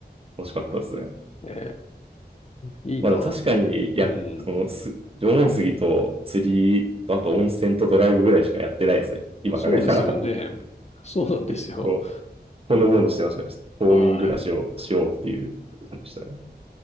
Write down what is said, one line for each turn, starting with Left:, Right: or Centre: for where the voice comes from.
Right: 楽しかったですね。
Left: ええ、いいなぁ。
Right: まあでも確かに、や、
Left: うん。
Right: その、す、縄文杉と釣りと、あと温泉とドライブぐらいしかやってないですね。今考えたら。
Left: そうですよね。そうなんですよ。
Right: <laughs> 結構、ほのぼのしてましたね。冬眠暮らしをしようっていう感じでしたね。
Left: はい。